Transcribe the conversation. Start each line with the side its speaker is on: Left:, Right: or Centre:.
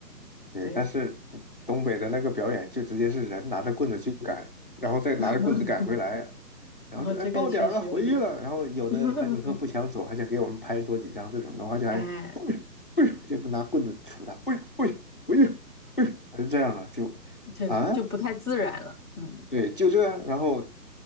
Left: 对，
Right: 对，
Left: 但是嗯东北的那个表演就直接是人拿着棍子去赶，然后再拿着棍子赶回来，
Right: <laughs>
Left: 然后就哎到点儿了回去了，
Right: 然后这个确实有点
Left: 然后有的丹顶鹤不想走，
Right: <laughs>
Left: 还想给我们拍多几张，这种的话就还，
Right: 哎，
Left: 哎呦哎呦，就拿棍子杵他，喂喂回去，喂，哎呦还是这样的就啊。
Right: 确实就不太自然了，嗯
Left: 对，就这，然后